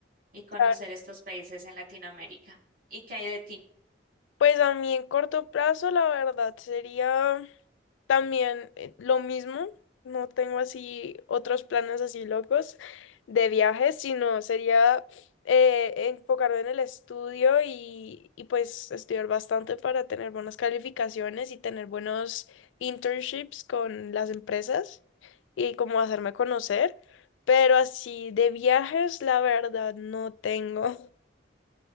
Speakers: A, on the right; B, on the left.
A: y conocer
B: claro.
A: estos países en Latinoamérica. ¿Y qué hay de ti?
B: Pues a mí en corto plazo, la verdad, sería también eh, lo mismo. No tengo así otros planes así locos de viajes, sino sería eh, enfocarme en el estudio y, y pues estudiar bastante para tener buenas calificaciones y tener buenos internships con las empresas y como hacerme conocer. Pero así de viajes, la verdad, no tengo.